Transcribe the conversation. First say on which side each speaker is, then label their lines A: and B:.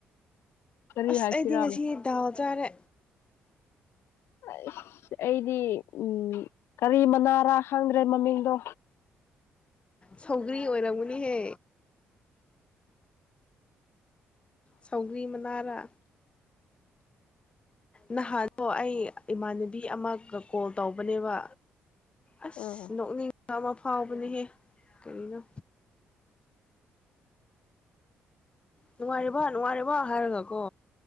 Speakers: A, on the left; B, on the left.
A: ꯀꯔꯤ
B: ꯑꯁ
A: ꯍꯥꯏꯁꯤꯔꯥ
B: ꯑꯩꯗꯤ ꯉꯁꯤꯗꯥ ꯆꯔꯦ
A: ꯑ ꯑꯩꯗꯤ ꯎꯝ ꯀꯔꯤ ꯃꯅꯥꯔꯥ ꯈꯪꯗ꯭ꯔꯦ ꯃꯃꯤꯡꯗꯣ
B: ꯁꯧꯒ꯭ꯔꯤ ꯑꯣꯏꯔꯝꯃꯨꯅꯤꯍꯦ ꯁꯧꯒ꯭ꯔꯤ ꯃꯅꯥꯔ ꯅꯍꯥꯣ ꯑꯩ ꯏꯃꯥꯟꯅꯕꯤ ꯑꯃꯒ ꯀꯣꯜ ꯇꯧꯕꯅꯦꯕ ꯑꯁ
A: ꯑꯥ
B: ꯅꯣꯛꯅꯤ ꯑꯃ ꯐꯥꯎꯕꯅꯦꯍꯦ ꯀꯔꯤꯅꯣ ꯅꯨꯡꯉꯔꯤꯕ ꯅꯨꯡꯉꯔꯤꯕ ꯍꯥꯏꯔꯒꯀꯣ